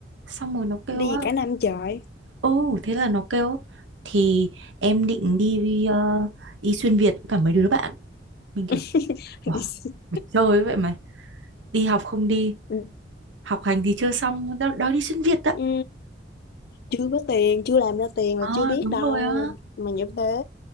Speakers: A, on the right; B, on the left.
A: xong rồi nó kêu
B: đi
A: á
B: cả năm trời
A: ô thế là nó kêu thì em định đi ờ, đi xuyên Việt với cả mấy đứa bạn mình kiểu
B: <laughs>
A: Wow,
B: Đi xin-
A: mày chơi vậy mày. Đi học không đi,
B: ừ,
A: học hành thì chưa xong, đòi, đòi đi xuyên Việt đó.
B: Ừ, chưa có tiền chưa làm ra tiền
A: Ờ,
B: là chưa biết
A: đúng
B: đâu
A: rồi á.
B: mà như thế